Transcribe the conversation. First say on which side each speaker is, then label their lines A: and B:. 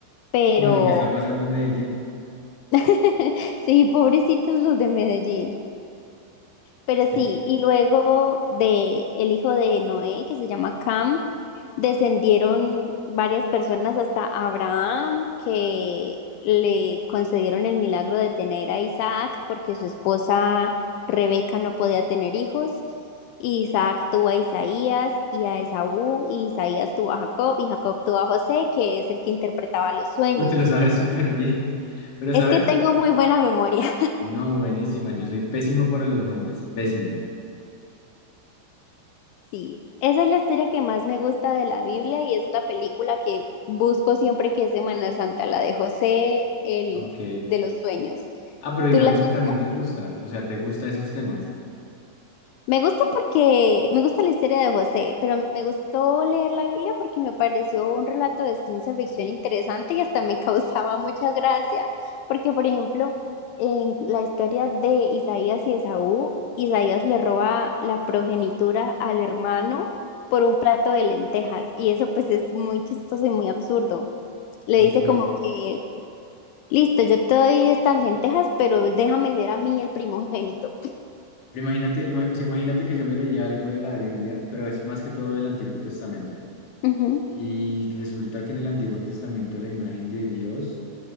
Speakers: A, on the left; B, on the left.
A: pero
B: como lo que está pasando en Medellín. <laughs>
A: <laughs> sí, pobrecitos los de Medellín. Pero
B: Sí.
A: sí, y luego de el hijo de Noé, que se llama Cam, descendieron varias personas hasta Abraham, que le concedieron el milagro de tener a Isaac, porque su esposa Rebeca no podía tener hijos. Y Isaac tuvo a Isaías y a Esaú, y Isaías tuvo a Jacob, y Jacob tuvo a José, que es el que interpretaba los sueños.
B: Pero te lo sabes súper bien. Pero,
A: Es
B: ¿sabes?
A: que tengo muy buena memoria.
B: No, buenísima. Yo soy pésimo para los nombres. Pésimo.
A: Sí, esa es la historia que más me gusta de la Biblia y es la película que busco siempre que es Semana Santa, la de José, el
B: Ok.
A: de los sueños.
B: Ah, pero digamos
A: ¿Tú la has
B: que
A: visto?
B: también te gusta, o sea, te gusta esos temas.
A: Me gusta porque me gusta la historia de José, pero me gustó leer la Biblia porque me pareció un relato de ciencia ficción interesante y hasta me <laughs> causaba mucha gracia, porque por ejemplo, en la historia de Isaías y Esaú, Isaías le roba la progenitura al hermano por un plato de lentejas y eso pues es muy chistoso y muy absurdo. Le
B: Ok,
A: dice como
B: ok.
A: que, listo, yo te doy estas lentejas, pero déjame ser a mí el primogénito.
B: Pero imagínate, ima- o sea, imagínate que yo me leía algo de la Biblia, pero es más que todo del Antiguo Testamento.
A: Ujú.
B: Y resulta que en el Antiguo Testamento la imagen de Dios